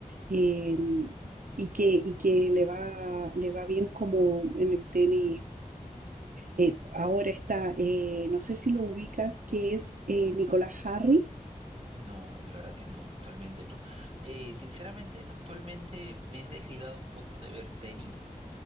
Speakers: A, on the right (about 80°); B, on the right (about 45°).
A: eh, y que, y que le va, le va bien como en el tenis. Eh, ahora está, eh, no sé si lo ubicas, que es eh, Nicolás Harry.
B: No, la verdad que no, actualmente no. Eh, sinceramente, actualmente me he desligado un poco de ver tenis.